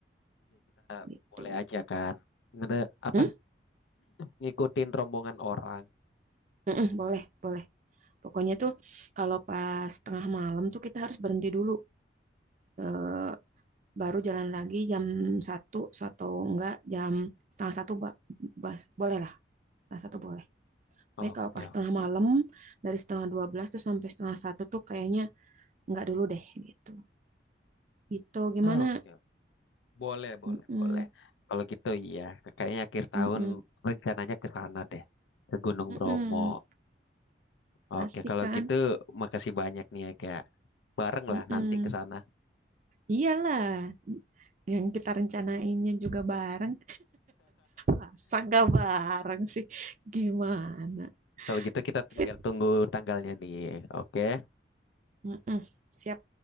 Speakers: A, on the left (about 85°); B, on the right (about 40°).
A: Jadi Kita
B: gitu
A: boleh aja kan. Ngede, apa
B: Hmm?
A: ngikutin rombongan orang.
B: Mm-mm, boleh boleh pokoknya tuh kalau pas tengah malam tuh kita harus berhenti dulu Eh, baru jalan lagi jam satu atau enggak jam setengah satu boleh lah setengah satu boleh pokoknya
A: Oke,
B: kalau pas
A: oke.
B: tengah malam dari setengah dua belas tuh sampai setengah satu tuh kayaknya enggak dulu deh gitu gitu gimana
A: Oh, Oke, oke. Boleh, boleh,
B: Mm-mm,
A: boleh. Kalau gitu iya, kayaknya akhir tahun
B: mm-mm,
A: rencananya ke sana deh, ke Gunung
B: mm-mm.
A: Bromo. Oke,
B: asik
A: kalau
B: kan
A: gitu makasih banyak nih agak bareng
B: Mm-mm.
A: lah nanti ke sana.
B: iyalah yang kita rencanainnya juga bareng masa nggak bareng sih gimana
A: Kalau gitu kita
B: sip
A: tinggal tunggu tanggalnya nih. Oke.
B: Mm-mm. siap